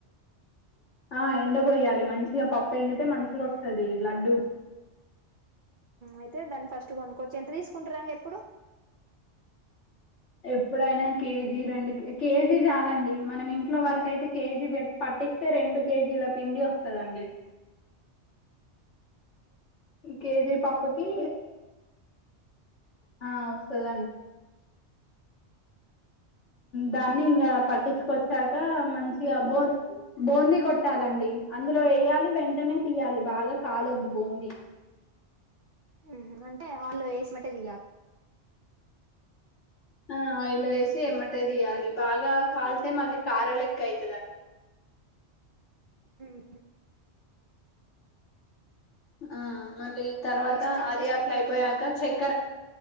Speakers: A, on the left; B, on the right.
A: ఆ ఎండ పోయాలి మంచిగా పప్పు ఎండితే మంచిగా వస్తుది లడ్డు పొంగుతుంది
B: అయితే దాన్ని ఫస్ట్ కొనుక్కోవచ్చు ఎంత తీసుకుంటారు అండి ఎప్పుడు
A: ఎప్పుడైనా కేజీ రెండు కేజీ చాలండి మనం ఇంట్లో వరక అయితే కేజీ పట్టిస్తే రెండు కేజీల పిండి వస్తుందండి కేజీ పాప్పుకి ఆ వస్తుదాండి
B: ఆ
A: దాన్ని ఇంకా పట్టించుకొచ్చాక మంచిగా బో బూందీ కొట్టాలండి అందులో వేయాలి వెంటనే తీయాలి బాగా కాలొద్దు బూందీ
B: హు హు అంటే వాళ్ళు వేసినట్టే తియ్యాలనా
A: ఆ ఆయిల్ వేసి ఎమ్మటే తీయాలి బాగా కాలితే మళ్ళీ కార లేక్క అయితదండి
B: ఉహు,
A: ఆ మళ్ళీ తర్వాత
B: నెక్స్ట్ ఏం
A: అది అట్ల అయిపోయాక చెక్కరా